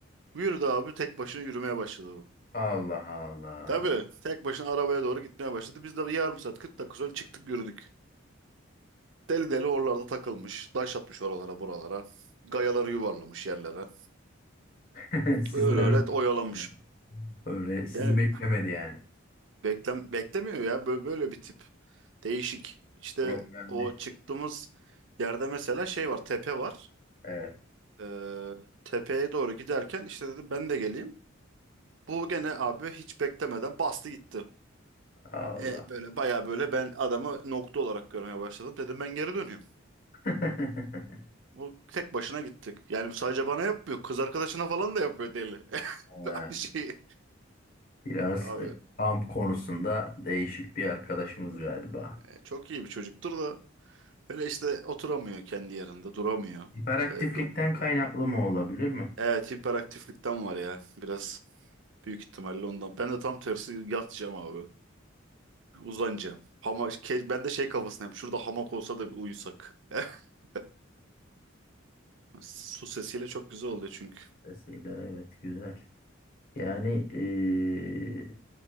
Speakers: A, on the right; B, on the left.
A: Yürüdü abi tek başına yürümeye başladı bu.
B: Allah Allah.
A: Tabii tek başına arabaya doğru gitmeye başladı. Biz de bir yarım saat 40 dakika sonra çıktık yürüdük. Deli deli oralarda takılmış. Taş atmış oralara buralara. Gayaları yuvarlamış yerlere.
B: <laughs> Sizden
A: Öyle öyle
B: önce
A: oyalamış.
B: yani. Böyle sizi
A: Yani
B: beklemedi yani.
A: Beklem beklemiyor ya böyle, böyle bir tip. Değişik. İşte
B: Problemli.
A: o çıktığımız yerde mesela şey var, tepe var.
B: Evet.
A: Ee, tepeye doğru giderken işte dedim ben de geleyim. Bu gene abi hiç beklemeden bastı gitti.
B: Allah.
A: E, böyle baya böyle ben adamı nokta olarak görmeye başladım. Dedim ben geri dönüyorum.
B: <laughs>
A: Bu tek başına gittik. Yani sadece bana yapmıyor. Kız arkadaşına falan da yapıyor deli. <laughs>
B: Ha,
A: Aynı şeyi.
B: Biraz
A: Abi
B: kamp konusunda değişik bir arkadaşımız galiba.
A: e, çok iyi bir çocuktur da böyle işte oturamıyor kendi yerinde, duramıyor.
B: Hiperaktiflikten
A: E,
B: kaynaklı mı olabilir mi?
A: Evet hiperaktiflikten var ya biraz büyük ihtimalle ondan. Ben de tam tersi yatacağım abi. Uzanacağım. Hama, ke- ben de şey kafasındayım. Şurada hamak olsa da bir uyusak. <laughs> Su sesiyle çok güzel oluyor çünkü.
B: Vesile evet güzel. Yani eee,